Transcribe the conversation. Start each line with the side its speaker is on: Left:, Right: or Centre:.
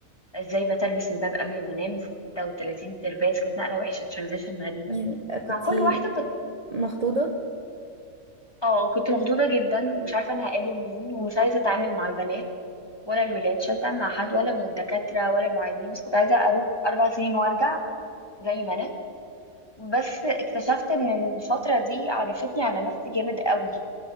Left: إزاي بتلبس الباب قبل ما أنام 36 ترباس كانت نقلة وحشة ترانزيشن غريبة
Right: يعني
Left: مع
Right: كنتي
Left: كل واحدة كنت
Right: مخطوطة
Left: اه كنت مخضوضة جدا ومش عارفة انا هقابل مين ومش عايزة اتعامل مع البنات ولا الولاد مش عايزة اتعامل مع حد ولا من الدكاترة ولا المعيدين بس كنت عايزة اروح اربع سنين وارجع زي ما انا بس اكتشفت ان الفترة دي عرفتني على نفسي جامد قوي